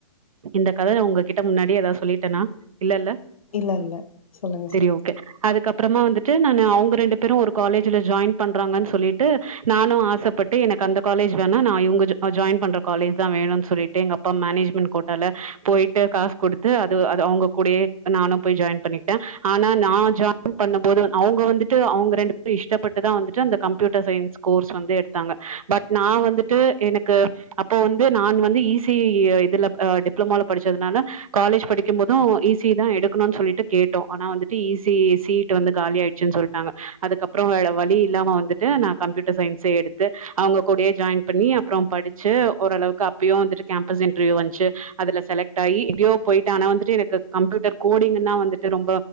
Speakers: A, on the right (about 85°); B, on the left (about 85°).
A: இந்த கதய உங்ககிட்ட முன்னாடியே ஏதாவது சொல்லிட்டேன்னா இல்லல்ல
B: இல்ல இல்ல சொல்லுங்க
A: செரி
B: சொல்லுங்க
A: ஓகே அதுக்கப்பறமா வந்துட்டு நானு அவ்ங்க ரெண்டு பேரும் ஒரு காலேஜ்ல ஜாயின் பண்றாங்கன்னு சொல்லிட்டு நானும் ஆச‌பட்டு எனக்கு அந்த காலேஜ் வேணா நா இவ்ங்க ஜாயின் பண்ற காலேஜ் தா வேணுனு சொல்லிட்டு எங்க அப் பா மேனேஜ்மெண்ட் கோட்டால போயிட்டு காசு கொடுத்து அது அது அவ்ங்க கூட நானு போய் ஜாயின் பண்ணிட்டே ஆனா நா ஜாயின் பண்ணும்போது அவுங்க வந்துட்டு அவுங்க ரெண்டு பேரு இஷ்டப்பட்டுதா வந்துட்டு அந்த கம்ப்யூட்டர் சயின்ஸ் கோர்ஸ் வந்து எடுத்தாங்க பட் நான் வந்துட்டு எனக்கு அப்போ வந்து நான் வந்து ஈ சி இ இதுல டிப்ளமால படிச்சதுனால காலேஜ் படிக்கும் போதும் ஈ சி இ தா எடுக்கணும்னு சொல்லிட்டு கேட்டோ ஆனா வந்துட்டு ஈ சி இ சீட்டு வந்து காலி ஆயிடுச்சுன்னு சொல்லிட்டாங்க அதுக்கப்றோம் வேற வழி இல்லாம வந்துட்டு நா கம்ப்யூட்டர் சயின்ஸே எடுத்து அவுங்க கூடயே ஜாயின் பண்ணி அப்றோ படிச்சு ஓரளவுக்கு அப்பயும் வந்துட்டு கேம்பஸ் இன்டர்வியூ வந்துச்சு அதுல செலக்ட்டாயி எப்டியோ போயிட்டே ஆனா வந்துட்டு எனக்கு கம்ப்யூட்டர் கோடிங்ன்னா வந்துட்டு ரொம்ப